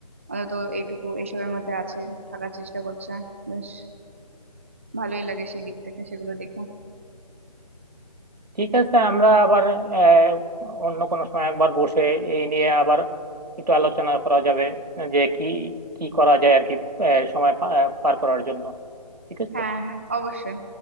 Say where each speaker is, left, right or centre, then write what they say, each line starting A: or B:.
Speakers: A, on the right; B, on the right.
A: অন্তত এইটুকু এইসবের মধ্যে আছে থাকার চেষ্টা করছে বেশ ভালোই লাগে সেই দিক থেকে সেগুলো দেখে
B: ঠিক আছে আমরা আবার আহ, অন্য কোনো সময় একবার বসে এই নিয়ে আবার একটু আলোচনা করা যাবে যে কি কি করা যায় আর কি আহ, সময় পা- পার করার জন্য ঠিক আছে
A: হ্যাঁ হ্যাঁ অবশ্যই